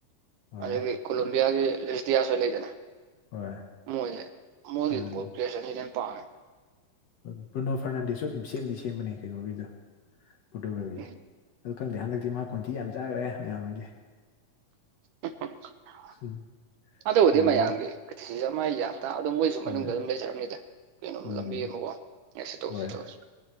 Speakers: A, on the left (about 65°); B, on the right (about 75°).
A: ꯍꯣꯏ
B: ꯑꯗꯒꯤ ꯀꯣꯂꯝꯕꯤꯌꯥꯒꯤ ꯂꯤꯁꯗꯤꯌꯥꯁꯨ ꯂꯩꯗꯅ
A: ꯍꯣꯏ
B: ꯃꯣꯏꯖꯦ ꯃꯣꯏꯒꯤ
A: ꯎꯝ
B: ꯕꯣꯜ ꯀ꯭ꯔꯤꯌꯦꯁꯟꯖꯤꯗꯤ ꯌꯥꯝ ꯄꯥꯝꯃꯦ <unintelligible>
A: ꯍꯣꯏ ꯕ꯭ꯔꯨꯅꯣ ꯐꯔꯅꯟꯗꯦꯁꯁꯨ ꯑꯗꯨꯝ ꯁꯦꯝꯗꯤ ꯁꯦꯝꯕꯅꯦ ꯀꯩꯅꯣꯒꯤꯗ ꯄꯣꯔꯇꯨꯒꯜꯒꯤ
B: ꯎꯝ
A: ꯑꯗꯨ ꯈꯪꯗꯦ ꯍꯟꯗꯛꯇꯤ ꯃꯥ ꯈꯣꯟꯊꯤ ꯌꯥꯝ ꯆꯥꯒ꯭ꯔꯦ ꯃꯌꯥꯝꯒꯤ
B: ꯍꯨꯡ ꯍꯨꯡ
A: ꯎꯝ
B: ꯑꯗꯨꯕꯨꯗꯤ
A: ꯔꯣꯅꯥꯜꯗꯣ
B: ꯃꯌꯥꯝꯒꯤ ꯀ꯭ꯔꯤꯇꯤꯁꯤꯖꯝ ꯃꯥ ꯌꯥꯝꯇꯥ ꯑꯗꯨꯝ ꯃꯣꯏ
A: ꯍꯣꯏ
B: ꯃꯅꯨꯡꯗ ꯑꯗꯨꯝ ꯂꯩꯖꯔꯝꯅꯤꯗ ꯀꯩꯅꯣꯝ
A: ꯎꯝ
B: ꯂꯝꯕꯤ ꯑꯃꯀꯣ ꯌꯥꯔꯦꯁꯦ ꯇꯣꯛꯁꯤ
A: ꯍꯣꯏ
B: ꯇꯣꯛꯁꯤ